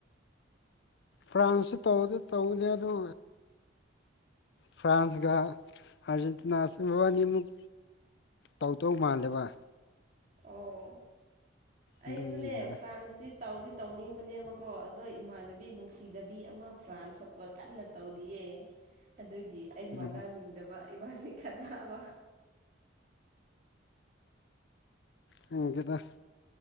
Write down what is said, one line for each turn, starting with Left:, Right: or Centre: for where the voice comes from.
Left: ꯐ꯭ꯔꯥꯟꯁꯁꯨ ꯇꯧꯗꯤ ꯇꯧꯅꯤ ꯑꯗꯨ ꯐ꯭ꯔꯥꯟꯁꯒ ꯑꯔꯖꯦꯟꯇꯅꯥꯨꯝ ꯃꯕꯥꯅꯤꯃꯨꯛ ꯇꯧ ꯇꯧ ꯃꯥꯜꯂꯦꯕ
Right: ꯑꯣ ꯑꯩꯁꯨꯅꯦ
Left: ꯑꯗꯨꯒꯤꯅꯤꯗ
Right: ꯐ꯭ꯔꯥꯟꯁꯇꯤ ꯇꯧꯗꯤ ꯇꯧꯅꯤꯡꯕꯅꯦꯕꯀꯣ ꯑꯗꯣ ꯏꯃꯥꯟꯅꯕꯤ ꯅꯨꯡꯁꯤꯗꯕꯤ ꯑꯃ ꯄ꯭ꯔꯥꯟ ꯁꯞꯄꯣꯔꯠ ꯀꯟꯅ ꯇꯧꯔꯤꯌꯦ ꯑꯗꯨꯒꯤ ꯑꯩ
Left: ꯎꯝ
Right: ꯃꯥꯟꯅꯅꯤꯡꯗꯕ ꯏꯕꯥꯅꯤ ꯈꯟꯅꯕ
Left: ꯈꯪꯗꯦꯗꯥ